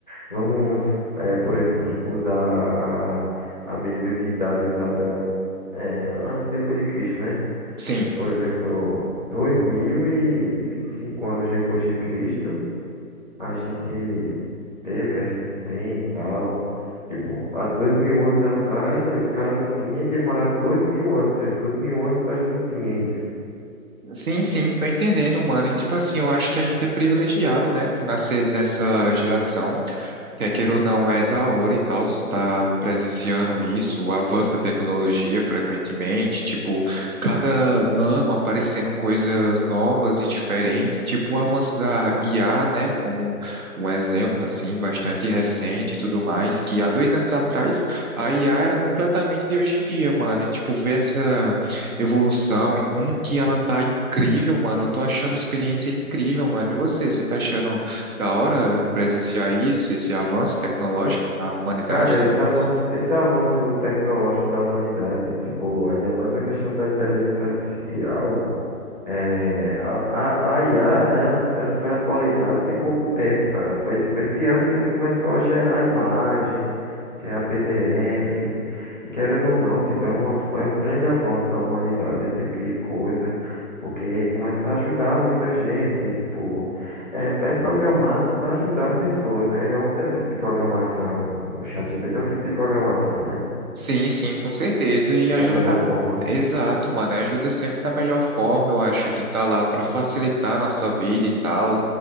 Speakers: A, on the left (about 35°); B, on the right (about 70°).
A: vamos, eh, por exemplo, usar a, a medida de idade usada, eh, antes e depois de Cristo, né?
B: sim.
A: Por exemplo, dois mil e e vinte e cinco anos depois de Cristo a gente ter o que a gente tem e tal. Tipo, há dois mil anos atrás, eh, os caras não tinham e demoraram dois mil anos, ou seja, dois mil anos nós não tínhamos isso.
B: Sim, sim, tô entendendo, mano. E tipo assim, eu acho que a gente é privilegiado, né, por nascer nessa geração Quer queira ou não, é da hora e tal, está presenciando isso, o avanço da tecnologia frequentemente, tipo, cada ano aparecendo coisas novas e diferentes, tipo o avanço da IA, né, como um exemplo, assim, bastante recente e tudo mais, que há dois anos atrás a IA era completamente de hoje em dia, mano, e, tipo, ver essa evolução e como que ela tá incrível, mano, eu tô achando uma experiência incrível, mano, e você, você tá achando da hora presenciar isso, esse avanço tecnológico na humanidade
A: Cara,
B: e tudo
A: esse
B: mais.
A: avanço, esse avanço tecnológico da humanidade, tipo, ainda mais a questão da inteligência artificial. É, a, a, a IA, ela, ela foi atualizada tem pouco tempo, cara. Foi tipo esse ano que ele começou a gerar imagem, gerar PDF. E querendo ou não, tipo, é um, avu- é um grande avanço da humanidade esse tipo de coisa. Porque começa a ajudar muita gente, e, tipo, é, é programado para ajudar pessoas, né? É um, é um tipo de programação, um ChatGPT é um tipo de programação, né?
B: Sim, sim, com certeza. E ajuda
A: Da melhor
B: da...
A: forma.
B: Exato, mano. Ajuda sempre da melhor forma. Eu acho que tá lá para facilitar a nossa vida e tal.